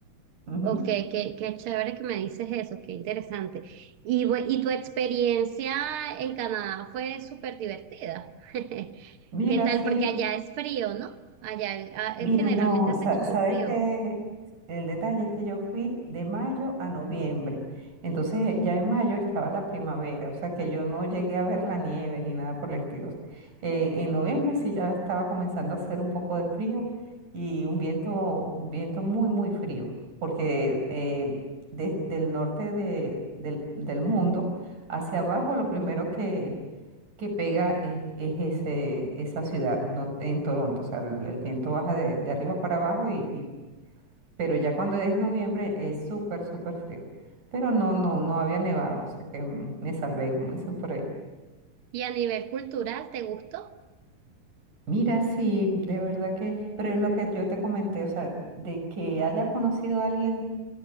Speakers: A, on the right (about 60°); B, on the right (about 75°).
A: mismo.
B: Ok, qué, qué chévere que me dices eso, qué interesante. Y, bu- y tu experiencia en Canadá fue súper divertida. <laughs>
A: Mira,
B: ¿Qué tal?
A: sí,
B: Porque allá es frío, ¿no? Allá el- ah,
A: mira,
B: eh, generalmente
A: no,
B: hace
A: sa-
B: como
A: sabes
B: frío.
A: que el detalle es que yo fui de mayo a noviembre, entonces ya en mayo estaba la primavera, o sea que yo no llegué a ver la nieve ni nada por el estilo. Eh, en noviembre sí ya estaba comenzando a hacer un poco de frío y un viento, un viento muy, muy frío, porque eh, desde el norte de- del, del mundo hacia abajo lo primero que que pega es, es ese, esa ciudad no, en Toronto. O sea, el, el viento baja de, de arriba para abajo, y, y- pero ya cuando es noviembre es súper, súper frío. Pero no, no, no había nevado, o sea que mm, me salvé, como dicen por ahí.
B: ¿Y a nivel cultural, te gustó?
A: Mira, sí, de verdad que, pero es lo que yo te comenté, o sea, de que haya conocido a alguien.